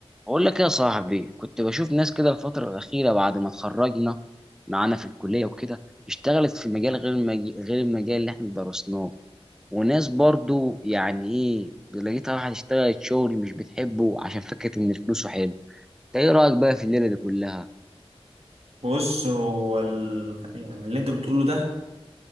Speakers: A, in the centre; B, on the right.
A: بقول لك إيه يا صاحبي كنت بشوف ناس كده الفترة الأخيرة بعد ما اتخرجنا معانا في الكلية وكده اشتغلت في مجال غير المج... غير المجال اللي احنا درسناه وناس برضو يعني ايه لقيتها واحد اشتغلت شغل مش بتحبه عشان فكرة ان فلوسه حلو انت ايه رأيك بقى في الليلة دي كلها
B: بص هو ال... يعني اللي انت بتقوله ده